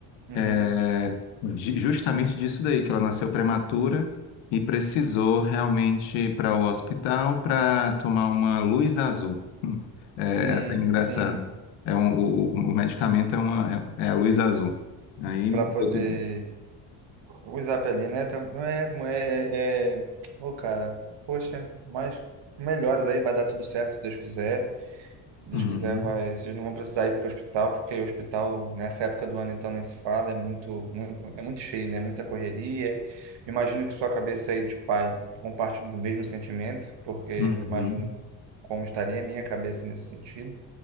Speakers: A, on the right; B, on the left.
A: uhum.
B: é, de- justamente disso daí, que ela nasceu prematura e precisou realmente ir para o hospital para tomar uma luz azul. Hum, É,
A: Sim,
B: é até engraçado.
A: sim.
B: É um- o, o- o medicamento é, uma, é, é a luz azul. Aí
A: Para poder
B: deu tudo.
A: usar a pele, né? Então, Não é, não é, é... Ô, cara, poxa, mas melhores aí, vai dar tudo certo se Deus quiser. Se Deus
B: Uhum,
A: quiser, vai. Vocês não vão precisar ir para o hospital, porque o hospital, nessa época do ano, então, nem se fala, é muito, muito, é muito cheio, né? Muita correria. Imagino que sua cabeça aí de pai compartilhe do mesmo sentimento, porque eu
B: uhum,
A: imagino como estaria a minha cabeça nesse sentido.